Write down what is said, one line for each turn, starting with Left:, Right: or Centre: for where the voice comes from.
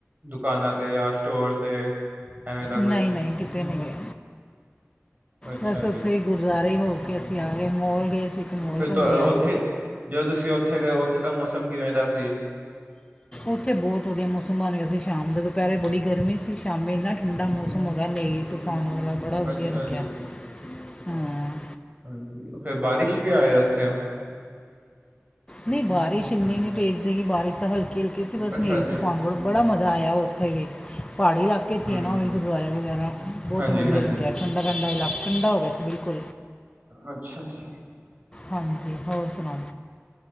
Right: ਦੁਕਾਨਾਂ ਤੇ ਜਾਂ ਸਟੋਰ ਤੇ ਐਵੈਂ ਦਾ ਕੁੱਛ
Left: ਨਹੀਂ ਨਹੀਂ ਕਿਤੇ ਨੀ ਗਏ,
Right: ਅੱਛਾ
Left: ਬਸ ਉੱਥੇ
Right: ਜੀ,
Left: ਹੀ ਗੁਰਦੁਆਰੇ ਹੋ ਕੇ ਅਸੀਂ ਆ ਗਏ ਮੋਲ ਗਏ ਸੀ ਇੱਕ ਮੋਲ
Right: ਫਿਰ
Left: ਘੁੰਮ ਆਏ
Right: ਉੱਥੇ ਜਦੋਂ ਤੁਸੀਂ ਉੱਥੇ ਗਏ ਉੱਥੇ ਦਾ ਮੌਸਮ ਕਿਵੇਂ ਦਾ ਸੀ?
Left: ਉੱਥੇ ਬਹੁਤ ਵਧੀਆ ਮੌਸਮ ਹਿਮਾਲੀਆ ਤੇ ਸ਼ਾਮ ਦੇ ਦੁਪਿਹਰੇ ਬੜੀ ਗਰਮੀ ਸੀ, ਸ਼ਾਮੀ ਇੰਨਾ ਠੰਡਾ ਮੌਸਮ ਹੋਗਿਆ ਹਨੇਰੀ ਤੂਫਾਨ ਵ ਬੜਾ
Right: ਅੱਛਾ
Left: ਵਧੀਆ ਲੱਗਿਆ
Right: ਜੀ,
Left: ਹਾਂ।
Right: ਹਾਂਜੀ, ਉੱਥੇ ਬਾਰਿਸ਼ ਵੀ ਆਏ ਉੱਥੇ।
Left: ਨਹੀਂ ਬਾਰਿਸ਼ ਇੰਨੀ ਨੀ ਤੇਜ਼ ਸੀਗੀ ਬਾਰਿਸ਼ ਤਾਂ ਹਲਕੀ- ਹਲਕੀ ਸੀ ਬਸ
Right: ਅੱਛਾ
Left: ਹਨੇਰੀ
Right: ਜੀ,
Left: ਤੂਫਾਨ ਬੜਾ ਮਜ਼ਾ ਆਇਆ ਉੱਥੇ ਵੀ। ਪਹਾੜੀ ਇਲਾਕੇ ਚ
Right: ਹੂੰ,
Left: ਹੈ ਨਾ ਉਹ ਵੀ ਗੁਰਦੁਆਰੇ ਵਗੈਰਾ ਬਹੁਤ
Right: ਹਾਂਜੀ-ਹਾਂਜੀ,
Left: ਵਧੀਆ ਲੱਗਿਆ ਠੰਡਾ -ਠੰਡਾ ਇਲਾਕਾ ਠੰਡਾ ਹੋ ਗਿਆ ਸੀ ਬਿਲਕੁਲ।
Right: ਅੱਛਾ ਜੀ
Left: ਹਾਂਜੀ ਹੋਰ ਸੁਣਾਓ,